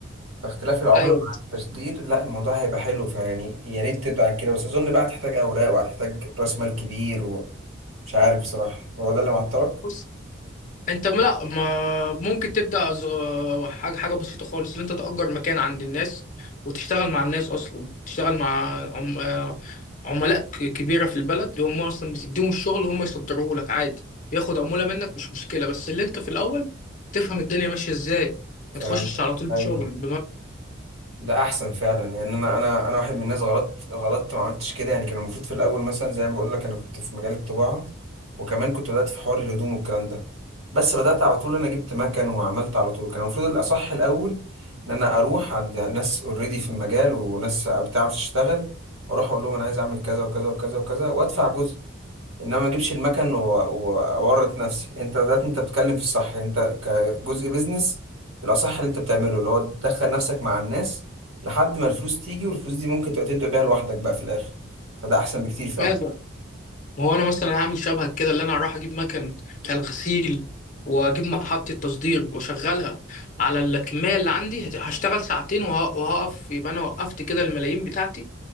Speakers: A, on the right; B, on the left.
A: فاختلاف العملة
B: ايوه
A: مع التصدير لا الموضوع هيبقى حلو فيعني يا ريت تبدأ عن كده بس اظن بقى هتحتاج اوراق وهتحتاج راس مال كبير مش عارف بصراحة هو ده اللي معطلك
B: بص انت م- لا ما ممكن تبدا صغ- حاجه حاجه بسيطه خالص ان انت تاجر مكان عند الناس وتشتغل مع الناس اصلا تشتغل مع عم... آه، عملاء ك- كبيره في البلد اللي هم اصلا بتديهم الشغل هم يصدروه لك عادي ياخد عموله منك مش مشكله بس اللي انت في الاول تفهم الدنيا ماشيه ازاي
A: فهمت
B: ما تخشش على طول بشغل
A: ايوه ده احسن فعلا يعني انا انا انا واحد من الناس غلطت غلطت ما عملتش كده يعني كان المفروض في الاول مثلا زي ما بقول لك انا كنت في مجال الطباعه وكمان كنت بدات في حوار الهدوم والكلام ده بس بدات على طول انا جبت مكن وعملت على طول كان المفروض الاصح الاول ان انا اروح عند ناس اوريدي في المجال وناس بتعرف تشتغل واروح اقول لهم انا عايز اعمل كذا وكذا وكذا وكذا وادفع جزء انما ما اجيبش المكن و- و- واورط نفسي انت ده انت بتتكلم في الصح انت كجزء بيزنس الاصح اللي انت بتعمله اللي هو تدخل نفسك مع الناس لحد ما الفلوس تيجي والفلوس دي ممكن تبقى تبدأ بيها لوحدك بقى في الاخر فده احسن بكتير فعلا
B: بمبلغ ما هو انا مثلا هعمل شبهك كده اللي انا هروح اجيب مكن بتاع الغسيل واجيب محطة تصدير واشغلها على الكمية اللي عندي هت- هشتغل ساعتين وه- وهقف يبقى انا وقفت كده الملايين بتاعتي